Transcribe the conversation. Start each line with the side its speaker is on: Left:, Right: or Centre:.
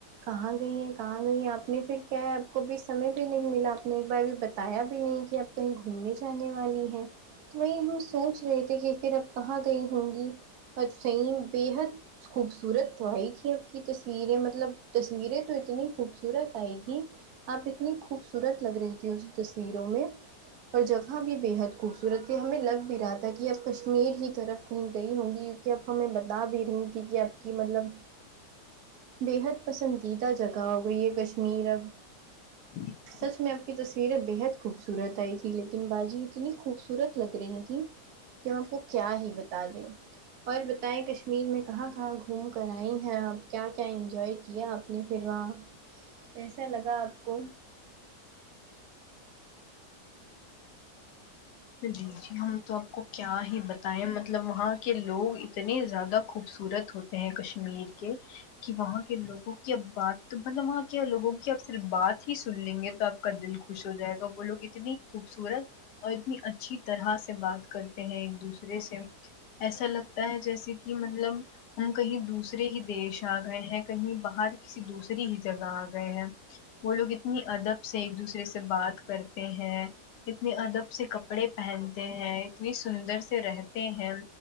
Right: کہاں گئی ہیں کہاں گئی ہیں آپ نے پھر کیا ہے آپ کو بھی سمے بھی نہیں ملا آپ نے ایک بار بھی بتایا بھی نہیں کہ آپ کہیں گھومنے جانے والی ہیں تو وہی ہم سوچ رہے پھر اب کہاں گئی ہوں گی بٹ صحیح بےحد خوبصورت تو آئی تھی آپ کی تصویریں مطلب تصویریں تو اتنی خوبصورت آئی تھی آپ اتنی خوبصورت لگ رہی تھی اس تصویروں میں اور جگہ بھی بےحد خوبصورت تھی ہمیں لگ بھی رہا تھا کہ اب کشمیر ہی طرف کہیں گئی ہوں گی کیونکہ اب ہمیں بتا بھی رہی تھی کہ اب کی مطلب بےحد پسندیدہ جگہ ہو گئی یہ کشمیر اب
Left: <inaudible>
Right: سچ میں آپ کی تصویریں بےحد خوبصورت آئی تھی لیکن باجی اتنی خوبصورت لگ رہی تھیں کہ ہم کو کیا ہی بتا دیں اور بتائیں کشمیر میں کہاں کہاں گھوم کر آئی ہیں آپ کیا کیا انجوائے کیا آپ نے پھر وہاں کیسا لگا آپ کو
Left: جی جی ہم تو آپ کو کیا ہی بتائیں مط لب وہاں کے لوگ اتنے زیادہ خوبصورت ہوتے ہیں کشمیر کے کہ وہاں کے لوگوں کی اب بات مطلب وہاں کیا لوگوں کہ آپ صرف بات ہی سن لیں گے تو آپ کا دل خوش ہو جائے گا وہ لوگ اتنی خوبصورت اور اتنی اچھی طرح سے بات کرتے ہیں ایک دوسرے سے ایسا لگتا ہے جیسے کہ مطلب ہم کہیں دوسرے ہی دیش آ گئے ہیں کہیں باہر کسی دوسری ہی جگہ آ گئے ہیں وہ لوگ اتنی ادب سے ایک دوسرے سے بات کرتے ہیں اتنے ادب سے کپڑے پہنتے ہیں اتنی سندر سے رہتے ہیں